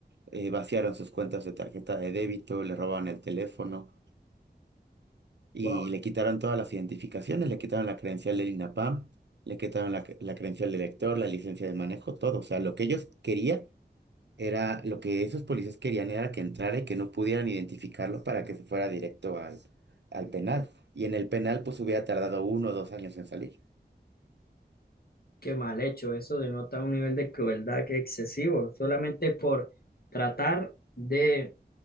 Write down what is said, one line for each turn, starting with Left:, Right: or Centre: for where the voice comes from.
Right: eh, vaciaron sus cuentas de tarjeta de débito, le robaron el teléfono y
Left: Wow,
Right: le quitaron todas las identificaciones, le quitaron la credencial del INAPAM, le quitaron la, cre- la credencial del lector, la licencia de manejo, todo. O sea, lo que ellos querían era, lo que esos policías querían era que entrara y que no pudieran identificarlo para que se fuera directo al, al penal. Y en el penal pues hubiera tardado uno o dos años en salir.
Left: qué mal hecho. Eso denota un nivel de crueldad que excesivo, solamente por tratar de